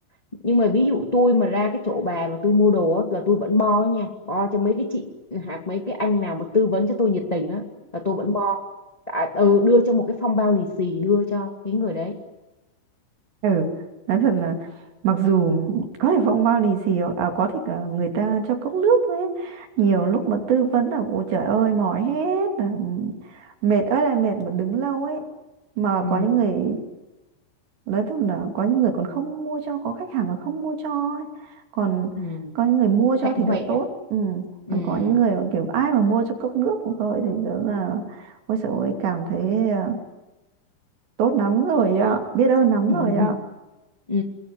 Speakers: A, on the left (about 20°); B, on the right (about 65°).
A: nhưng mà ví dụ tôi mà ra cái chỗ bà mà tôi mua đồ á, là tôi vẫn bo nha bo cho mấy cái chị hoặc mấy cái anh nào mà tư vấn cho tôi nhiệt tình á là tôi vẫn bo à, ừ, đưa cho một cái phong bao lì xì đưa cho cái người đấy
B: ừ nói thật là mặc dù có thể phong bao lì xì à, có thể cả người ta cho cốc nước thôi ấy. nhiều lúc mà tư vấn là ôi trời ơi mỏi hết là mệt ơi là mệt mà đứng lâu ấy mà
A: ừ,
B: có những người nói thật là có những người còn không mua cho có khách hàng còn không mua cho ấy. còn
A: ừ,
B: có những người mua
A: hạnh
B: cho thì
A: huệ
B: đã tốt ừ.
A: ừ.
B: còn có những người mà kiểu ai mà mua cho cốc nước cũng thôi thì rất là ôi trời ơi cảm thấy à, tốt lắm rồi ạ biết ơn lắm
A: <laughs>
B: rồi ạ
A: ừ,